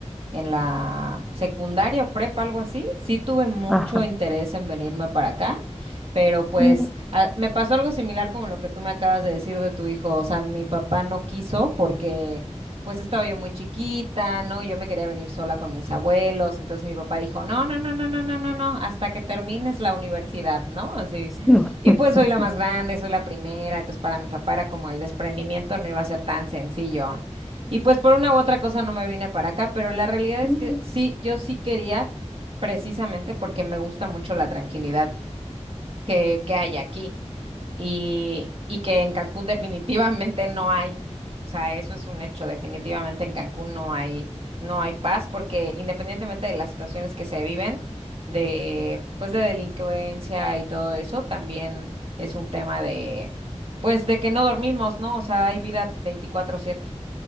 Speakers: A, on the right; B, in the centre.
A: en la secundaria o prepa, algo así, sí tuve mucho
B: Ajá,
A: interés en venirme para acá. Pero pues
B: mira.
A: a- me pasó algo similar como lo que tú me acabas de decir de tu hijo. O sea, mi papá no quiso porque pues estaba yo muy chiquita, ¿no? Yo me quería venir sola con mis abuelos. Entonces mi papá dijo, no, no, no, no, no, no, no, no, hasta que termines la universidad, ¿no? Así.
B: <laughs>
A: Y pues soy la más grande, soy la primera. Entonces para mi papá era como el desprendimiento no iba a ser tan sencillo. Y pues por una u otra cosa no me vine para acá, pero la realidad es
B: Mm.
A: que sí, yo sí quería precisamente porque me gusta mucho la tranquilidad que, que hay aquí y, y que en Cancún definitivamente no hay. O sea, eso es un hecho, definitivamente en Cancún no hay, no hay paz porque independientemente de las situaciones que se viven, de, pues de delincuencia y todo eso, también es un tema de, pues de que no dormimos, ¿no? O sea, hay vida 24/7,